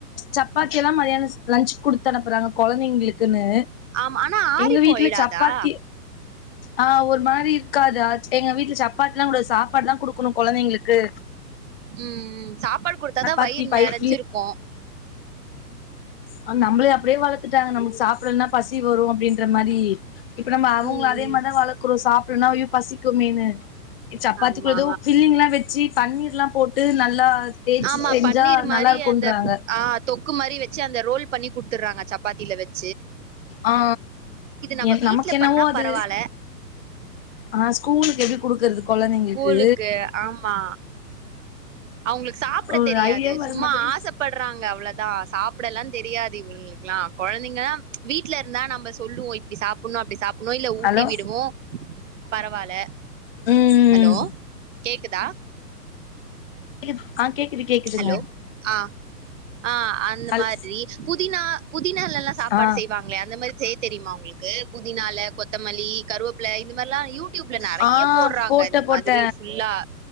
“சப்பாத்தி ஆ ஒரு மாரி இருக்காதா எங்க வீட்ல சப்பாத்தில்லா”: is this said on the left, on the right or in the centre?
Left